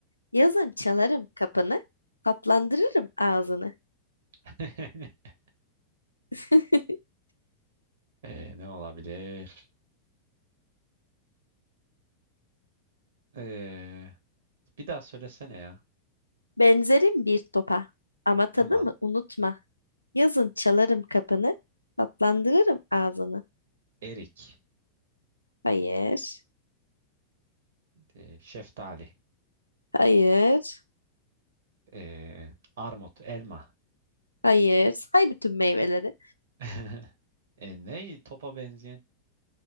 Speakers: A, on the left; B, on the right.
A: Yazın çalarım kapını. Tatlandırırım ağzını.
B: <laughs>
A: <laughs>
B: Ee, ne olabilir? Ee, bir daha söylesene ya.
A: Benzerim bir topa. Ama tadımı
B: Tamam.
A: unutma. Yazın çalarım kapını. Tatlandırırım ağzını.
B: Erik,
A: Hayır.
B: e, şeftali,
A: Hayır.
B: e, armut, elma.
A: Hayır. Say bütün meyveleri.
B: <laughs> E, ne topa benzeyen?